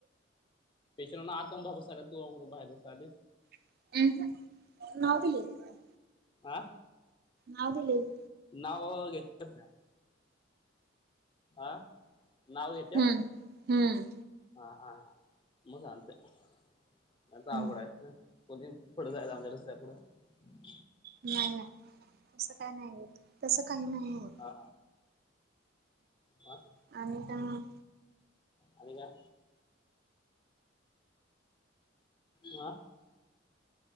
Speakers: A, on the left; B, on the right.
A: पेशंटला आत बसू नाय बसलिस
B: आ हम्म नाव दिले मिन
A: आ
B: नाव दिलेत
A: नाव घेतात काय आ नाव घेत्यात
B: हम्म हम्म
A: हा हा मग जानतय आवघड
B: हम्म
A: आहे कधीं पुढं जायच रस्ता आहे का पुढ
B: नाही नाही तस काही नाही येत तस काही नाही होत
A: हा हा
B: आणि त्या मग
A: आणि काय? आ